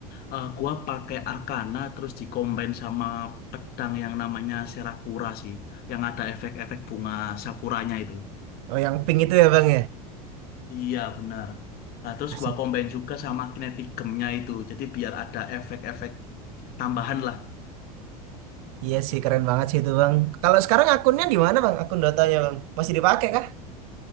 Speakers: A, on the left; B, on the right.
A: eh, gua pakai Arcana terus dikombin sama pedang yang namanya Serakura sih, yang ada efek-efek bunga sakuranya itu.
B: oh yang pink itu ya bang
A: Iya, benar. Nah, terus
B: ya
A: gua combine juga sama kinetic gemnya itu, jadi biar ada efek-efek tambahan lah.
B: Iya sih keren banget sih itu bang. Kalau sekarang akunnya di mana bang? Akun Dotanya bang masih dipakai kah?